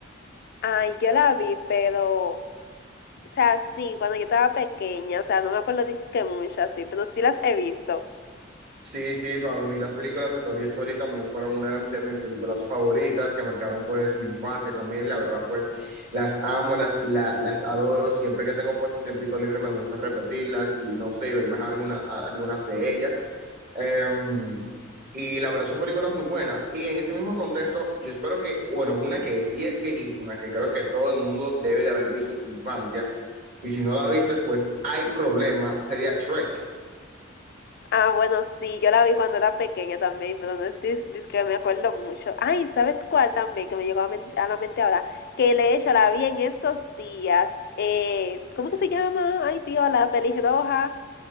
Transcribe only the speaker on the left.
Ay, yo la vi, pero, o sea, sí, cuando yo estaba pequeña, o sea, no me acuerdo disque mucho así, pero sí las he visto.
Ah, bueno, sí, yo la vi cuando era pequeña también, pero no es, dis- dis que me acuerdo mucho. Ay, ¿sabes cuál también que me llegó a, men- a la mente ahora? Que de hecho la vi en estos días. Eh, ¿cómo que se llama? Ay, Dios, la pelirroja,